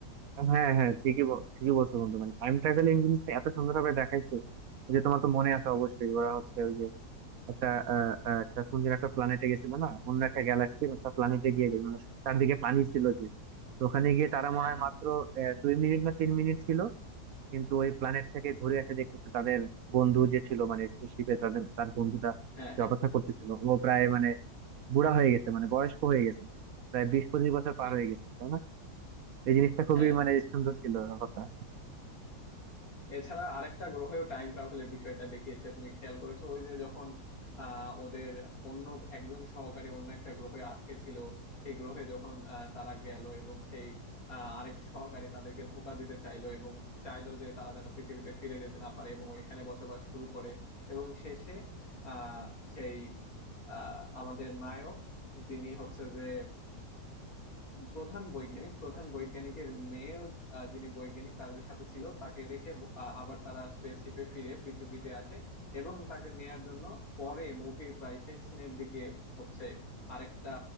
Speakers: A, on the right (about 65°); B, on the left (about 55°).
A: হ্যাঁ হ্যাঁ ঠিকই বল- ঠিকই বলছো বন্ধু মানে টাইম ট্রাভেলিং জিনিসটা এত সুন্দরভাবে দেখাইছে যে তোমার তো মনে আছে অবশ্যই ওরা হচ্ছে ওই যে একটা আহ, আহ, একটা কোন যেন একটা প্ল্যানেটে গেছিল না অন্য একটা গ্যালাক্সির একটা প্ল্যানেটে গিয়ে যে মানে চারদিকে পানি ছিল যে তো ওখানে গিয়ে তারা
B: হ্যাঁ
A: মনে হয়
B: হ্যাঁ
A: মাত্র আহ, দুই মিনিট না তিন মিনিট ছিল কিন্তু ওই প্ল্যানেট থেকে ঘুরে এসে দেখতেছে তাদের বন্ধু যে ছিল মানে স্পেসশিপে তাদের তার বন্ধুটা
B: হ্যাঁ
A: যে
B: হ্যাঁ
A: অপেক্ষা করতেছিল ও প্রায় মানে বুড়া হয়ে গেছে মানে বয়স্ক হয়ে গেছে প্রায় বিশ পঁচিশ বছর পার
B: হ্যাঁ
A: হয়ে গেছে তাই না এই জিনিসটা খুবই
B: হ্যাঁ
A: মানে সুন্দর ছিল ব্যাপারটা
B: এছাড়া আরেকটা গ্রহেও টাইম ট্রাভেলের বিষয়টা দেখিয়েছে তুমি খেয়াল করেছো ওই যে যখন আহ ওদের অন্য একজন সহকারী অন্য একটা গ্রহে আটকে ছিল সেই গ্রহে যখন আহ, তারা গেল এবং সেই আহ, আরেক সহকারী তাদেরকে ধোকা দিতে চাইলো এবং চাইলো যে তারা যেন পৃথিবীতে ফিরে যেতে না পারে এবং ওইখানে বসবাস শুরু করে এবং শেষে আহ সেই আহ আমাদের নায়ক যিনি হচ্ছে যে প্রধান বৈজ্ঞানিক প্রধান বৈজ্ঞানিকের মেয়ে আহ, যিনি বৈজ্ঞানিক তাদের সাথে ছিল তাকে রেখে ব- আ- আবার তারা স্পেসশিপে ফিরে পৃথিবীতে আসে এবং তাকে নেয়ার জন্য পরে মুভির প্রায় শেষ সিনের দিকে হচ্ছে আরেকটা